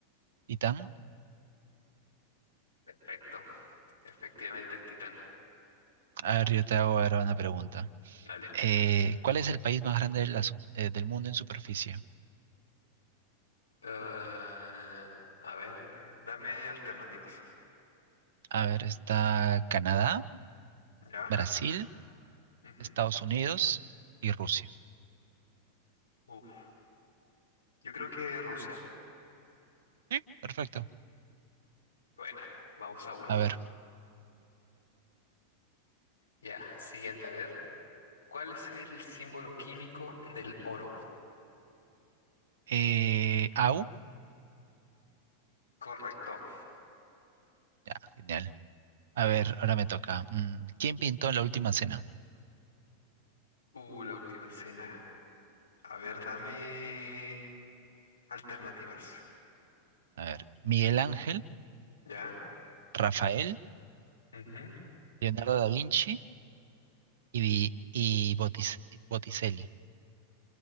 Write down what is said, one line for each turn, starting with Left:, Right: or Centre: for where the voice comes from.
Right: ¿Titán?
Left: Perfecto. Efectivamente es Titán.
Right: A ver, yo te hago ahora una pregunta.
Left: Dale.
Right: Eh, ¿cuál es el país más grande de la su- eh, del mundo en superficie?
Left: Eh, a ver, dame alternativas.
Right: A ver, está Canadá,
Left: ¿Ya?
Right: Brasil,
Left: Ujú.
Right: Estados Unidos y Rusia.
Left: Uf. Yo creo que Rusia.
Right: Sí, perfecto.
Left: Buena, vamos a uno.
Right: A ver,
Left: Ya, siguiente, a ver. ¿Cuál es el símbolo químico del oro?
Right: eh, AU.
Left: Correcto.
Right: Ya, genial. A ver, ahora me toca. Mm, ¿Quién pintó La Última Cena?
Left: Uh, la última cena. A ver, dame alternativas.
Right: A ver, Miguel Ángel,
Left: ¿Ya?
Right: Rafael,
Left: Ujú.
Right: Leonardo da Vinci y, Bi- y Botis- Botticelli.